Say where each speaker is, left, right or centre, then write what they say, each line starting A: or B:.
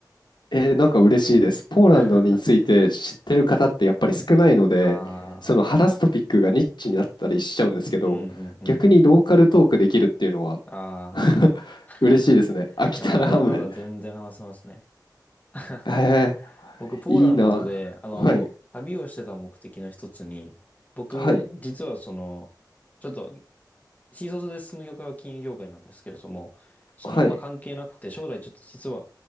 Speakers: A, on the left; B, on the left.
A: えーなんか嬉しいです。ポーランドについて知ってる方ってやっぱり少ないので、
B: <laughs> ああ、
A: その話すトピックがニッチになったりしちゃうんですけど、
B: うんうんうん。
A: 逆にローカルトークできるっていうのは
B: ああ。
A: <laughs>
B: <laughs>
A: 嬉しいですね。秋田ラーメン。
B: いや、まだまだ全然話せますね。<laughs>
A: え
B: 僕、ポーランドで、
A: ー、いいな。
B: あの、
A: はい。
B: 旅をしてた目的の一つに、僕、
A: はい。
B: 実はその、ちょっと新卒で進む業界は金融業界なんですけれども、その、
A: はい。
B: まあ、関係なくて、将来ちょっと実は、